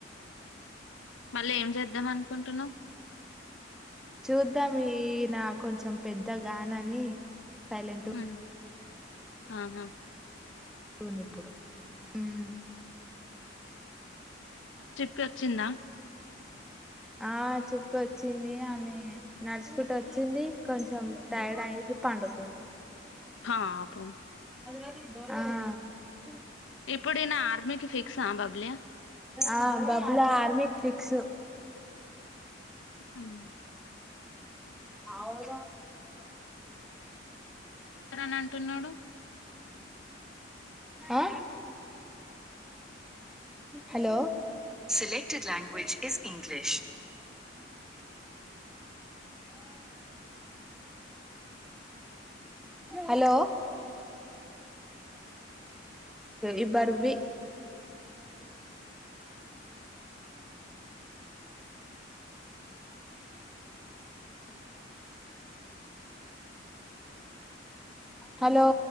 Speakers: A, on the left; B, in the centre.
A: మళ్ళీ ఏం చేద్దాం అనుకుంటున్నావ్
B: చూద్దాం ఈ నా కొంచెం పెద్ద గాన అని సైలెంట్
A: హ్మ్. ఆహా
B: టు వన్ ఇప్పుడు ఉమ్
A: చిట్కొచ్చిందా?
B: ఆ చూప్ప వచ్చింది ఆమె నడుచుకుంటూ వచ్చింది కొంచెం టైర్డ్ అయింది పండుకుంది
A: పాపామ్
B: అ
A: ఇప్పుడె నా ఆర్మీకి ఫిక్స్ బబ్లి
B: ఆ బబ్లా ఆర్మీ కి ఫిక్స్
A: హ్మ్.
B: అమ్
A: అని అంటున్నాడు.
B: ఆ hello selected language is English hello ఇబ్బరవి హలో